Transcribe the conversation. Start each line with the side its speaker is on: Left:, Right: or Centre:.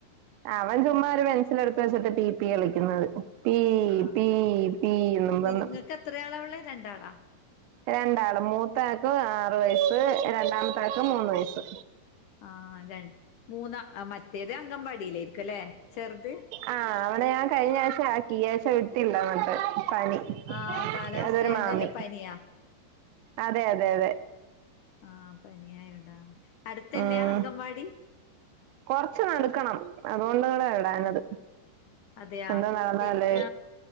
Right: അവൻ ചുമ്മാ ഒരു പെൻസിൽ എടുത്തുവെച്ചിട്ട് പി പി കളിക്കുന്നത് പി
Left: ആഹ്
Right: പി പി എന്നും പറഞ്ഞു
Left: നിങ്ങക്ക് എത്രയാളാ ഉള്ളേ രണ്ടാളാ
Right: രണ്ടാള് മൂത്താൾക്ക് ആറു വയസ്സ് രണ്ടാമത്താൾക്ക് മൂന്ന് വയസ്സ്
Left: ആ ഇതാണ് മൂന്ന മറ്റേത് അങ്കമ്പാടിയിലായിരിക്കും അല്ലെ ചെറുത്
Right: ആഹ് അവിടെ ഞാൻ കഴിഞ്ഞ ആഴ്ച ആക്കി ഈ ആഴ്ച്ച വിട്ടില്ല അങ്ങട്ട് പനി
Left: ആഹ് കാലാവസ്ഥ
Right: അതൊരു
Left: ആയോണ്ടല്ലേ
Right: മാമി
Left: പനിയാ
Right: അതെ അതെ അതെ
Left: ആഹ് പനിയായോണ്ടാ അടുത്തന്നെയാ
Right: ഉം
Left: അങ്കൻവാടി
Right: കൊറച്ച് നടുക്കണം അതുകൊണ്ടുടാ വിടാനത്
Left: അതെയാ
Right: എന്താ നാടാല്ലേ
Left: പിന്നെ